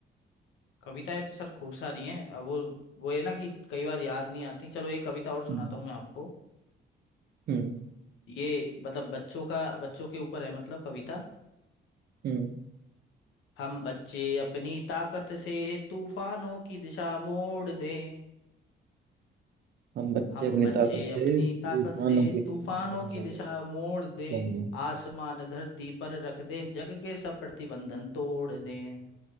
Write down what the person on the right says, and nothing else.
हम्म
हम्म
हम्म।
हम बच्चे
अपनी
ताकत से
तूफानों
की
दिशा में बने
वाह
वाह
वाह,